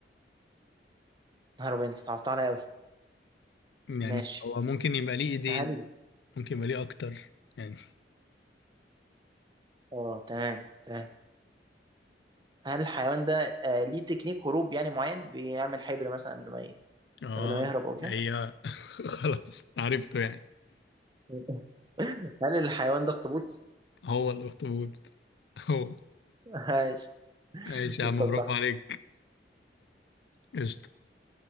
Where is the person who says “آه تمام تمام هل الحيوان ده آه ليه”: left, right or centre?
Right